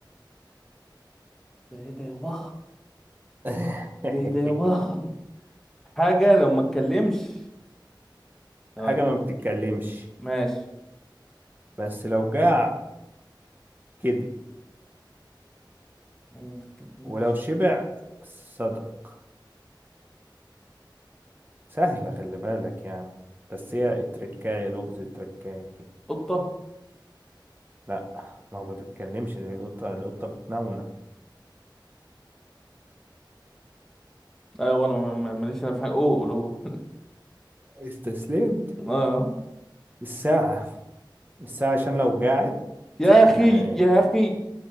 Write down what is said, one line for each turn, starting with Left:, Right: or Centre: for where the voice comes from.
Centre: ده ايه ده يابا
Right: <laughs>
Centre: ده ايه ده يابا حاجة لو ما اتكلمش ثواني
Right: حاجة ما بتتكلمش
Centre: ماشي
Right: بس لو جاع كذب
Centre: حاجة ما تتكلمش
Right: ولو شبع صدق سهلة خلي بالك يعني بس هي التركاية لغز التركاية كده
Centre: قطة
Right: لا ما هو ما بيتكلمش زي القطة القطة بتنونو
Centre: ايوه انا ما- ما- ماليش انا في حاجة اوه قولوه
Right: استسلمت
Centre: <laughs> اه
Right: الساعة الساعة عشان لو قاعد
Centre: يا اخي
Right: يعني
Centre: يا اخي